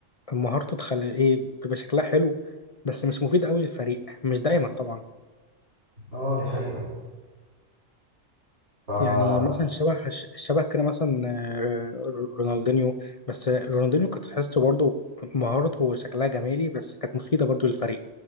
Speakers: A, on the left; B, on the right.
A: مهارته تخلي ايه بيبقى شكلها حلو بس مش مفيد قوي للفريق مش دايما طبعا
B: اه دي حقيقه ف
A: يعني مثلا شبه شبه كده مثلا آه، رونالدينيو بس رونالدينيو كنت تحسه برضه مهارته وشكلها جمالي بس كانت مفيدة برضه للفريق